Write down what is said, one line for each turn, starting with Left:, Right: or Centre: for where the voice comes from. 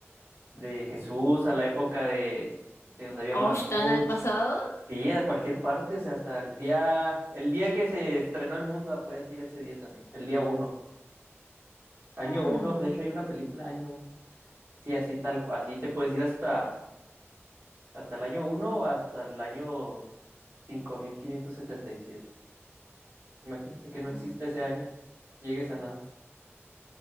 Right: de Jesús, a la época de, de donde había
Left: ¿O
Right: mamuts,
Left: están al pasado?
Right: Sí, a cualquier parte, o sea, hasta el día, el día que se estrenó el mundo, ah, puedes ir ese día también, el día uno, año
Left: Hmm.
Right: uno, de hecho hay una película, año uno. Sí, así tal, cu- así te puedes ir hasta, hasta el año uno o hasta el año 5577. Imagínate que no
Left: mm.
Right: exista ese año, llegues a nada.